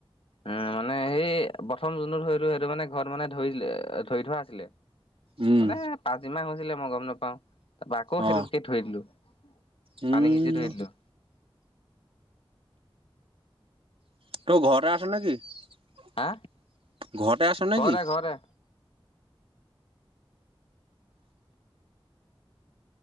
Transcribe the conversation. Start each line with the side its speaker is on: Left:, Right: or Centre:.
Left: উম মানে সেই প্ৰথম যোনটো ধৰিলো সেইটো মানে ঘৰত মানে ধৰি, ধৰি থোৱা আছিলে।
Right: উম
Left: মানে পাচদিমাহ হৈছিলে মই গম নাপাওঁ। তাৰপৰা আকৌ
Right: অ
Left: সেইটোতকে থৈ দিলো।
Right: উম
Left: পানী সিঁচি ধৰি দিলোঁ।
Right: <unintelligible> ত‌ই ঘৰতে আছ নেকি?
Left: হা
Right: <inaudible> ঘৰতে আছ নেকি?
Left: ঘৰতে ঘৰতে।